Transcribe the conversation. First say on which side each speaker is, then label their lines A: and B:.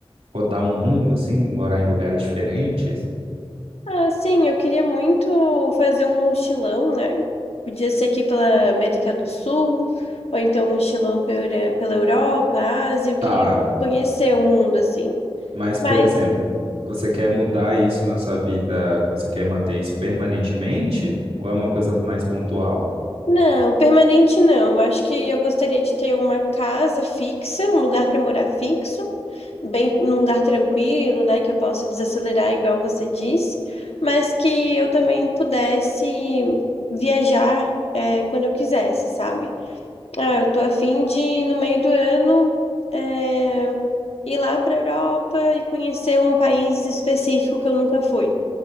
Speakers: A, on the right; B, on the left.
A: rodar o mundo, assim, morar em lugares diferentes?
B: Ah, sim, eu queria muito fazer um mochilão, né? Podia ser aqui pela América do Sul, ou então um mochilão pela pela Europa, Ásia. Eu queria
A: Tá,
B: conhecer o mundo, assim.
A: mas
B: Mas.
A: por exemplo, você quer mudar isso na sua vida? Você quer manter isso permanentemente? Ou é uma coisa mais pontual?
B: Não, permanente não. Eu acho que eu gostaria de ter uma casa fixa, um lugar para morar fixo, bem num lugar tranquilo, né, que eu possa desacelerar igual você disse, mas que eu também pudesse viajar é, quando eu quisesse, sabe? Ah, eu tô a fim de no meio do ano é, ir lá para Europa e conhecer um país específico que eu nunca fui,